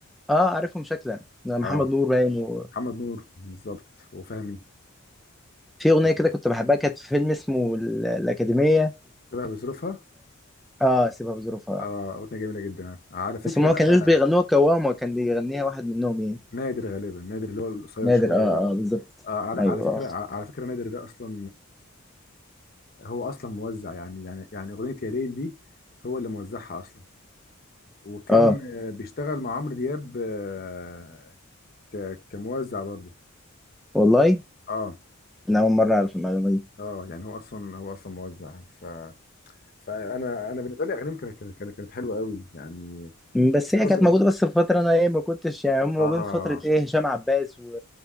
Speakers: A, in the centre; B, on the left (about 45°).
A: اه عارفهم شكلا محمد
B: اه
A: نور باين وفي
B: محمد نور بالظبط وفهمي
A: اغنيه
B: شبه
A: كده كنت بحبها كانت في فيلم اسمه ال- الاكاديميه
B: بظروفها
A: اه سيبها بظروفها
B: اه اغنيه جميله جدا يعني. على فكره
A: بس هم ما
B: بقى
A: كانوش بيغنوها كوام وكان بيغنيها واحد منهم ايه
B: نادر غالبا نادر اللي هو القصير
A: نادر
B: شويه
A: اه
B: ده
A: اه بالظبط
B: آه على
A: ايوه
B: على فكره
A: اه
B: ع- على فكره نادر ده اصلا هو اصلا موزع يعني يعني يعني اغنيه يا ليل دي هو اللي موزعها اصلا وكان
A: اه
B: آه، بيشتغل مع عمرو دياب آه، ك- كموزع برضه
A: والله
B: اه
A: انا اول مره اعرف المعلومه دي
B: اه يعني هو اصلا هو اصلا موزع ف فانا انا بالنسبه لي اغانيهم كانت كانت كانت كانت حلوه قوي يعني
A: بس
B: في
A: هي كانت
B: برضه
A: موجوده بس في فتره انا ايه ما كنتش يعني هم موجودين
B: اه
A: في فتره ايه هشام عباس و...